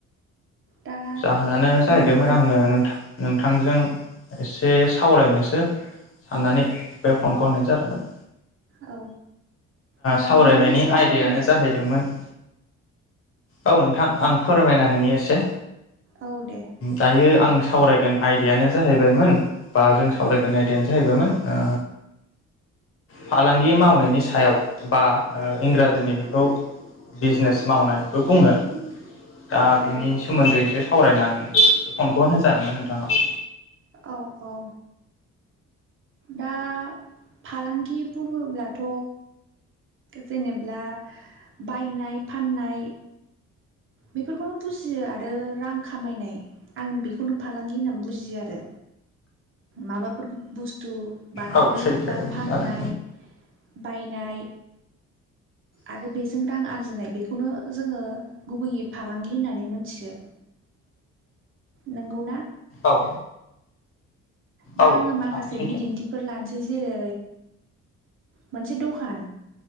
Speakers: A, on the right; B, on the left.
A: दा
B: जाहोनानो जाहैदोंमोन
A: बुंदो
B: आङो नोंथां नोंथांजों एसे सावरायनोसो साननानै बे
A: औ
B: फनखौ होननाय जादोंमोन
A: औ दा
B: सावरायनायनि
A: मानि सायाव
B: आयदायानो
A: सावरायनो
B: जाहैदोंमोन औ नोंथां आं फोरमायना होनि एसे
A: औ दे
B: दायो आं सावरायगोन आयदायानो जाहैबायमोन बा जों सावरायगोन आयदायानो जाहैबायमोन ओ फालांगि मावनायनि सायाव बा इंराजिनि बेखौ बिजनेस मावनायबो बुङो दा बिनि
A: औ
B: सोमोन्दैसो सावरायनो आङो बे फनखौनो होजादोंमोन नोंथांनाव
A: औ औ दा फालांगि बुङोब्लाथ' जेनेब्ला बायनाय फाननाय बेफोरखौनो बुजियो आरो रां खामायनाय आं बेखौनो फालांगि होननानै बुजियो आरो माबाफोर बुस्थु बुस्थु बानायनाय
B: औ सैथो
A: बा फाननाय
B: जादों
A: बायनाय आरो बेजों रां आरजिनाय बेखौनो जोङो गुबैयै फालांगि होननानै मोनथि नोंगौना
B: औ
A: दा
B: औ
A: आङो
B: नोंथां
A: माखासे
B: सैथो
A: बिदिन्थिफोर लानोसै जेरै मोनसे दखान